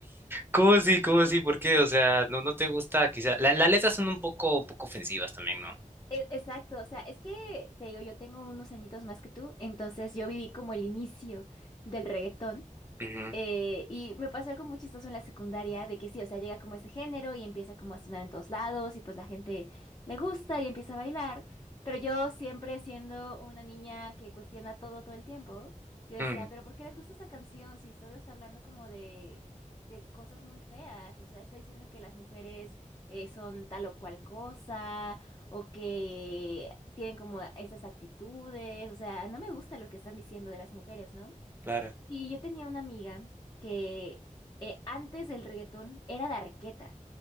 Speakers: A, on the right; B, on the left.
A: ¿Cómo así? ¿Cómo así? ¿Por qué? O sea, no, no te gusta, quizá. la- las letras son un poco, un poco ofensivas también, ¿no?
B: E- Exacto, o sea, es que te digo, yo tengo unos añitos más que tú, entonces yo viví como el inicio del reggaetón
A: Ujú,
B: Eh, y me pasó algo muy chistoso en la secundaria, de que sí, o sea, llega como este género y empieza como a sonar en todos lados y pues la gente le gusta y empieza a bailar, pero yo siempre siendo una niña que cuestiona todo todo el tiempo, yo decía,
A: mm,
B: pero ¿por qué les gusta esa canción si solo está hablando como de, de cosas muy feas? O sea, está diciendo que las mujeres eh, son tal o cual cosa o que tienen como esas actitudes, o sea, no me gusta lo que están diciendo de las mujeres, ¿no?
A: claro.
B: Y yo tenía una amiga que eh, antes del reggaetón era de Arqueta.